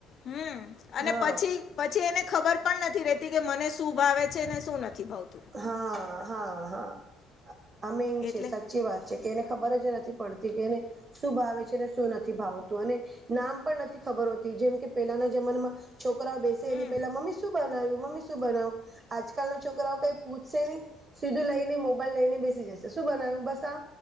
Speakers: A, on the left; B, on the right.
A: હમ્મ અને
B: હા
A: પછી પછી એને ખબર પણ નથી રેતી કે મને શું ભાવે છે ને શું નથી ભાવતું
B: હા હા હા અમેન
A: એટલે
B: છે સાચ સાચી વાત છે કે એને ખબર જ નથી પડતી કે એને શું ભાવે છે અને શું નથી ભાવતું અને નામ પણ નથી ખબર હોતી જેમ કે પેલાના જમાનામાં છોકરાઓ બેસે
A: હમ
B: એની પેલા મમ્મી શું બનાવ્યું મમ્મી શું બનાવું આજકાલના છોકરાઓ કઈ પૂછશે નહી સીધું લઈને મોબાઈલ લઈને બેસી જશે શું બનાયુ બસ આ